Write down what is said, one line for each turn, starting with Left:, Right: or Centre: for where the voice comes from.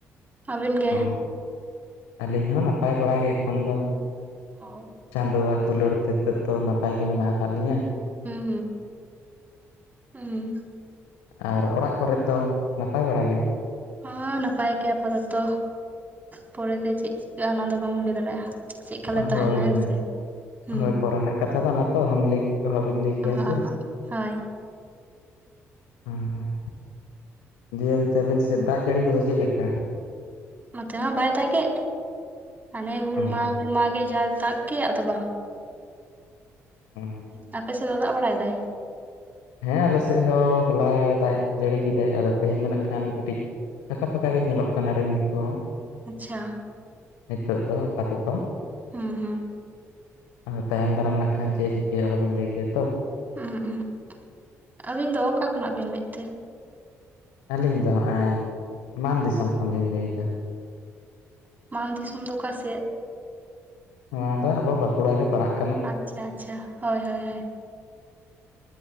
Right: ᱟᱹᱵᱤᱱ ᱜᱮ
Left: ᱚ ᱟᱹᱞᱤᱧ ᱦᱚᱸ ᱱᱟᱯᱟᱭ ᱵᱟᱲᱟ ᱜᱮ ᱮᱠᱷᱚᱱ ᱫᱚ᱾
Right: ᱚ
Left: ᱪᱟᱸᱫᱚᱣᱟᱜ ᱫᱩᱞᱟᱹᱲ ᱛᱮ ᱛᱳᱜ ᱫᱚ ᱱᱟᱯᱟᱭ ᱜᱮ ᱢᱮᱱᱟᱜ ᱟᱠᱟᱫ ᱞᱤᱧᱟᱹ
Right: ᱦᱩᱸᱻ ᱦᱩᱸᱻᱦᱩᱸ
Left: ᱟᱨ ᱚᱲᱟᱜ ᱠᱚᱨᱮᱫ ᱫᱚ ᱱᱟᱯᱟᱭ ᱵᱟᱲᱟ ᱜᱮ?
Right: ᱦᱚᱸ ᱱᱟᱯᱟᱭ ᱜᱮ ᱟᱯᱟᱛᱚᱛᱚ ᱯᱚᱨᱮᱛᱮ ᱪᱮᱫ ᱪᱤᱠᱟᱹᱜᱼᱟ ᱚᱱᱟ ᱫᱚ ᱵᱟᱢ ᱞᱟᱹᱭ ᱫᱟᱲᱮᱜᱼᱟ᱾ ᱪᱮᱫ ᱠᱟᱞᱮ ᱛᱟᱦᱮᱱᱟ
Left: ᱦᱳᱭ
Right: ᱦᱮᱸ
Left: ᱦᱳᱭ
Right: ᱥᱮ ᱦᱩᱸ
Left: ᱦᱳᱭ ᱯᱚᱨᱮᱱᱟᱜ ᱠᱟᱛᱷᱟ ᱫᱚ ᱚᱱᱟ ᱛᱚ ᱚᱦᱚᱢ ᱞᱟᱹᱭ ᱚᱦᱚᱵᱤᱱ ᱞᱟᱹᱭ ᱠᱮᱭᱟ
Right: ᱟᱦᱟᱜ
Left: ᱥᱮ?
Right: ᱟᱦᱟᱜ ᱦᱳᱭ
Left: ᱦᱩᱸ ᱦᱩᱸ ᱫᱤᱭᱮ ᱚᱱᱛᱮ ᱟᱵᱤᱱ ᱥᱮᱫ ᱫᱟᱜᱽ ᱡᱟᱹᱲᱤ ᱠᱚᱫᱚ ᱪᱮᱫ ᱞᱮᱠᱟ?
Right: ᱱᱚᱛᱮ ᱦᱚᱸ ᱵᱟᱭ ᱫᱟᱜᱽ ᱮᱜ ᱦᱟᱱᱮ ᱦᱩᱞ
Left: ᱚ
Right: ᱢᱟᱦᱟ ᱦᱩᱞ ᱢᱟᱦᱟ ᱜᱮ ᱡᱟᱭ ᱫᱟᱜᱽ ᱠᱮᱜ ᱫᱚ ᱵᱟᱝ ᱾
Left: ᱚ
Right: ᱟᱯᱮ ᱥᱮᱫ ᱫᱚ ᱫᱟᱜᱽ ᱵᱟᱲᱟᱭᱮᱫᱟᱭ?
Left: ᱦᱮᱸ ᱟᱞᱮᱥᱮᱜ ᱦᱚ ᱦᱚᱞᱟᱭ ᱫᱟᱜ ᱡᱟᱹᱲᱤ ᱠᱮᱫᱟᱭ ᱟᱫᱚ ᱛᱮᱦᱮᱧ ᱫᱚ ᱱᱟᱜ ᱠᱷᱟᱱ ᱠᱟᱹᱴᱤᱡ ᱯᱷᱟᱠᱟ-ᱯᱷᱟᱠᱟ ᱜᱮ ᱧᱮᱞᱚᱜ ᱠᱟᱱᱟ ᱨᱤᱢᱤᱞ ᱠᱚ
Right: ᱟᱪᱪᱷᱟ
Left: ᱱᱤᱛᱚᱜ ᱫᱚ ᱟᱯᱟᱛᱚᱛᱚ
Right: ᱦᱩᱸᱻ ᱦᱩᱸ
Left: ᱟᱫᱚ ᱛᱟᱭᱚᱢ ᱫᱟᱨᱟᱢ ᱱᱟᱜ ᱠᱷᱟᱱ ᱪᱮᱫ ᱮ ᱪᱤᱠᱟᱹᱭᱟ ᱚᱦᱚᱵᱮᱱ ᱞᱟᱹᱭ ᱠᱮᱭᱟ ᱛᱚ
Right: ᱩᱦᱩᱜ ᱩᱦᱩᱜ ᱟᱹᱵᱤᱱ ᱫᱚ ᱚᱠᱟ ᱠᱷᱚᱱᱟᱜ ᱵᱤᱱ ᱮᱢᱮᱜ ᱛᱮ
Left: ᱟᱹᱞᱤᱧ ᱫᱚ ᱦᱟᱜᱼᱟᱭ ᱢᱟᱱ ᱫᱤᱥᱚᱢ ᱠᱷᱚᱱᱞᱤᱧ ᱞᱟᱹᱭᱮᱫᱟ
Right: ᱢᱟᱱ ᱫᱤᱥᱚᱢ ᱫᱚ ᱚᱠᱟ ᱥᱮᱫ?
Left: ᱱᱚᱣᱟ ᱫᱚ ᱟᱵᱚ ᱵᱟᱸᱠᱩᱲᱟ ᱜᱮ ᱯᱟᱲᱟᱜ ᱠᱟᱱᱟ᱾
Right: ᱟᱪᱪᱷᱟ-ᱟᱪᱪᱷᱟ ᱦᱳᱭᱻᱦᱳᱭᱻᱦᱳᱭ